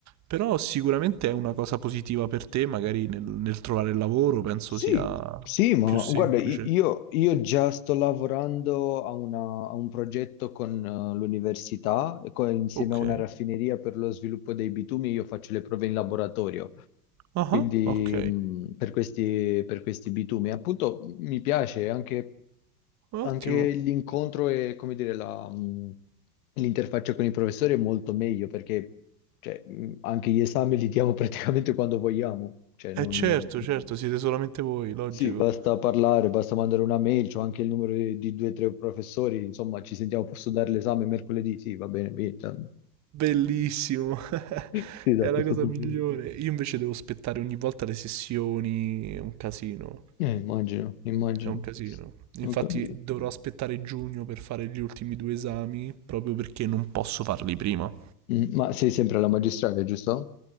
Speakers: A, on the right; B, on the left.
A: però sicuramente è una cosa positiva per te, magari nel, nel trovare il lavoro, penso
B: Sì,
A: sia
B: sì, ma
A: più semplice.
B: guarda, i- io, io già sto lavorando a, una- a un progetto con eh, l'università, e co- insieme
A: Ok.
B: a una raffineria per lo sviluppo dei bitumi, io faccio le prove in laboratorio,
A: Ah,
B: quindi
A: ok.
B: mh, per questi, per questi bitumi. Appunto, mi piace anche, anche
A: Ottimo.
B: l'incontro e, come dire, la, mh, l'interfaccia con i professori è molto meglio perché cioè, mh, anche gli esami li diamo <laughs> praticamente quando vogliamo, cioè
A: Eh
B: non...
A: certo, certo, siete solamente voi, logico.
B: Sì, basta parlare, basta mandare una mail, c'ho anche il numero di, di due o tre professori, insomma, ci sentiamo, posso dare l'esame mercoledì? Sì, va bene, via. cioè.
A: Bellissimo. <laughs>
B: Sì, da
A: È
B: questo
A: la cosa
B: punto
A: migliore.
B: di vista.
A: Io invece devo aspettare ogni volta le sessioni, è un casino.
B: Eh, immagino, immagino.
A: È un casino. Infatti
B: Ho capito.
A: dovrò aspettare giugno per fare gli ultimi due esami, proprio perché non posso farli prima.
B: Mm, Ma sei sempre alla magistrale, giusto?